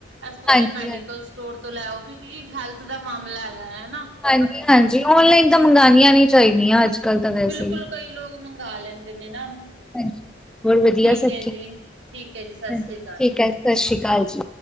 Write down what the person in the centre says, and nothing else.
ਹਾਂਜੀ
ਹਾਂਜੀ
ਹਾਂਜੀ-ਹਾਂਜੀ ਔਨਲਾਈਨ ਤਾਂ, ਮੰਗਉਣੀਆਂ ਨਹੀ ਚਾਹੀਦੀਆਂ ਅੱਜ ਕੱਲ੍ਹ ਤਾਂ ਵੈਸੇ
ਹੀ
ਹਾਂਜੀ। ਹੋਰ ਵਧੀਆ
ਸਭ
ਹਾਂਜੀ
ਠੀਕ ਹੈ ਸਤਿ ਸ਼੍ਰੀ ਅਕਾਲ ਜੀ।